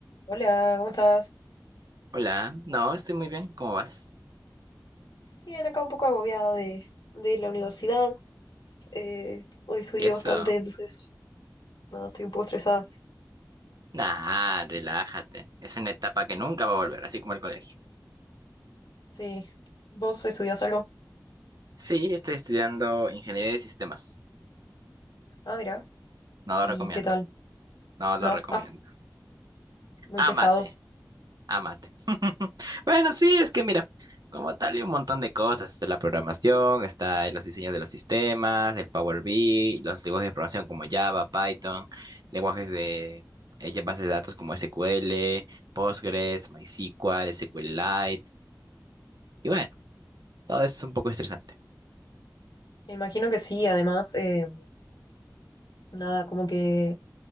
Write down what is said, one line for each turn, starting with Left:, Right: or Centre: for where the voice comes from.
Left: Hola, ¿cómo estás?
Right: Hola, no, estoy muy bien, ¿cómo vas?
Left: Bien, acá un poco agobiada de, de la universidad. Eh, hoy estudié
Right: ¿Y eso?
Left: bastante, entonces nada, estoy un poco estresada.
Right: Nah, relájate, es una etapa que nunca va a volver, así como el colegio.
Left: Sí. ¿Vos estudiás algo?
Right: Sí, estoy estudiando ingeniería de sistemas,
Left: Ah, mira.
Right: no lo
Left: ¿Y
Right: recomiendo,
Left: qué tal?
Right: no lo
Left: No.
Right: recomiendo.
Left: Ah, muy
Right: Ámate,
Left: pesado.
Right: ámate. <laughs> Bueno, sí, es que mira, como tal hay un montón de cosas, está la programación, está los diseños de los sistemas, el Power BI, los lenguajes de programación como Java, Python, lenguajes de eh, ya bases de datos como SQL, Postgres, MySQL, SQLite. Y bueno, todo es un poco estresante.
Left: Me imagino que sí, además, eh, nada, como que